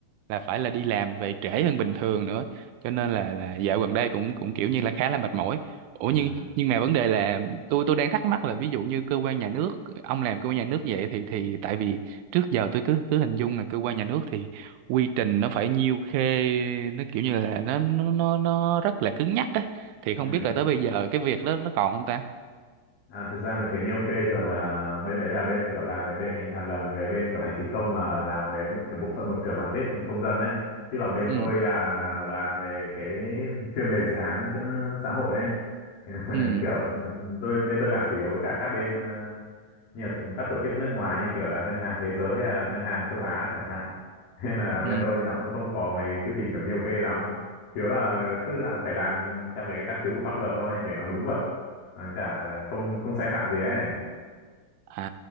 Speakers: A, on the right; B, on the left.
A: là phải là đi làm về trễ hơn bình thường nữa cho nên là là dạo gần đây cũng cũng kiểu như là khá là mệt mỏi ủa
B: ừ,
A: nhưng nhưng mà vấn đề là tôi tôi đang thắc mắc là ví dụ như cơ quan nhà nước ông làm cơ quan nhà nước vậy thì thì tại vì trước giờ tôi cứ cứ hình dung là cơ quan nhà nước thì quy trình nó phải nhiêu khê nó kiểu như là nó nó nó, nó rất là cứng nhắc á thì không
B: ừ.
A: biết là tới bây giờ cái việc đó nó còn không ta
B: À, thực ra là cái nhiêu khê thường là bên đấy là bên kiểu làm về bên hành à, làm về bên kiểu hành chính công mà làm về b- kiểu bộ phận một cửa mà tiếp công dân ấy chứ còn bên
A: ừ
B: tôi là làm về cái chuyên về dự án chứ xã hội ấy <laughs> Thế nên
A: ừ
B: là <laughs> kiểu ừ, tôi bên tôi làm chủ yếu với cả các bên ờ, nhiều các tổ chức nước ngoài như kiểu là ngân hàng thế giới hay là ngân hàng châu Á chẳng hạn <laughs> nên là
A: ừ
B: bên tôi nó cũng không có mấy quy trình kiểu nhiều khê lắm chứ là cứ là phải làm theo cái căn cứ của pháp luật thôi để nó đúng luật Ờ, cả là không không sai phạm gì ấy
A: à